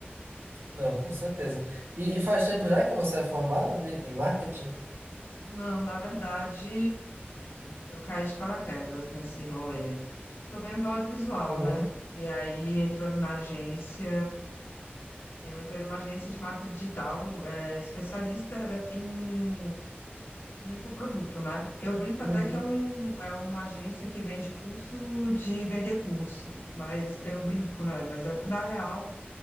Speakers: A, on the right (about 85°); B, on the left (about 80°).
A: Não, com certeza. E, e faz tempo já que você é formado, né, em marketing?
B: Não, na verdade, eu caí de paraquedas nesse rolê. Porque eu venho do audiovisual,
A: Foi mesmo?
B: né? E aí, entrando na agência, eu entrei numa agência de marketing digital, é, especialista em, em infoproduto, né? Eu brinco
A: Uhum.
B: até que é, um, é uma agência que vende curso de vender curso, mas eu brinco, né? Mas é- na real.